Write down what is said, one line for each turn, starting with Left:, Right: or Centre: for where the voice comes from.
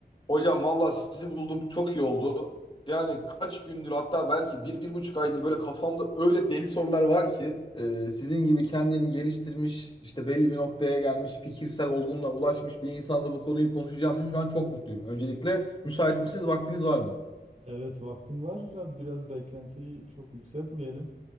Left: Hocam valla sizi buldum çok iyi oldu. Yani kaç gündür hatta belki bir, bir buçuk aydır böyle kafamda öyle deli sorular var ki e, sizin gibi kendini geliştirmiş işte belli bir noktaya gelmiş fikirsel olgunluğa ulaşmış bir insanla bu konuyu konuşacağım için şu an çok mutluyum. Öncelikle müsait misiniz? Vaktiniz var mı?
Right: Evet vaktim var. da Biraz beklentiyi çok yükseltmeyelim.